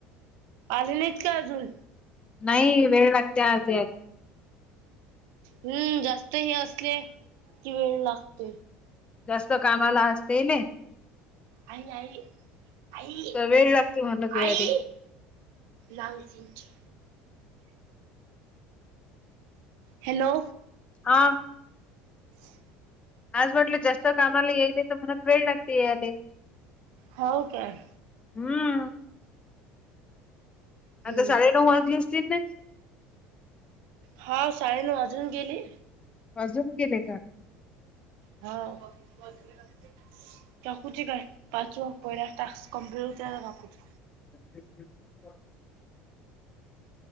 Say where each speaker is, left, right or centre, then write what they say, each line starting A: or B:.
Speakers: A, on the right; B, on the left.
A: आले नाहीत काय अजून?
B: नाही वेळ लागते आज याय
A: हम्म जास्त हे असले, कि वेळ लागते.
B: जास्त कामाला असते ने.
A: आई आई आई
B: तर वेळ लागते म्हणलं ते
A: आई.
B: यायले.
A: लाऊज चिंच. हॅलो.
B: हा.
A: <inaudible>
B: आज म्हटलं जास्त कामाला येई नाही तर म्हणत वेळ लागते यायले.
A: हो काय?
B: हम्म.
A: हम्म
B: आता साडे नऊ वाजली असतील ने.
A: हा साडेनऊ वाजून गेली.
B: वाजून गेले का?
A: हो. <unintelligible> काय पाचव पहिला टास्क कम्प्लीट होतंय आता वाकूच.
B: <inaudible>